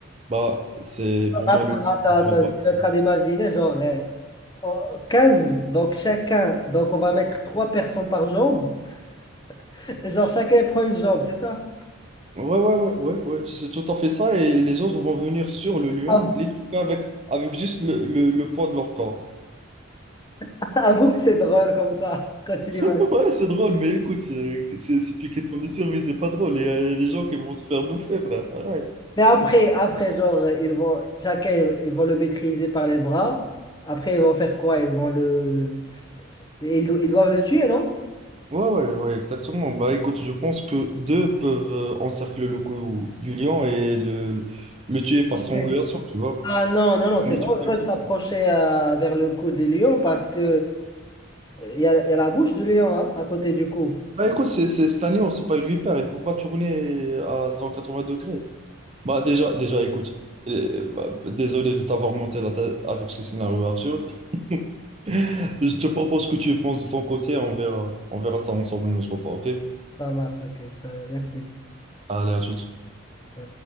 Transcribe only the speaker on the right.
bah, c'est pour
moi le lion.
ne
pourrait pas
le
faire.
Ouais, ouais, ouais, ouais, ouais, c'est tout à fait ça. Et les autres vont venir sur le lion,
les toucher avec, avec juste le, le, le poids de leur corps.
<laughs>
Ouais, c'est drôle, mais écoute, c'est c'est- c'est une question de survie, c'est pas drôle. Il y, a il y a des gens qui vont se faire bouffer, frère. Arrête.
Ouais, ouais, ouais, exactement. Bah écoute, je pense que deux peuvent euh, encercler le cou du lion et le, le tuer par strangulation,
tu vois.
Ils
vont l'étouffer.
Bah écoute, c'est c'est c'est un lion, c'est pas une vipère, il ne peut pas tourner à 180 degrés. Bah déjà, déjà écoute, euh, bah, désolé de t'avoir monté la tête avec ce scénario absurde. <laughs> Je te propose que tu y penses de ton côté, on verra, on verra ça ensemble une autre fois, ok?
Allez, à tout.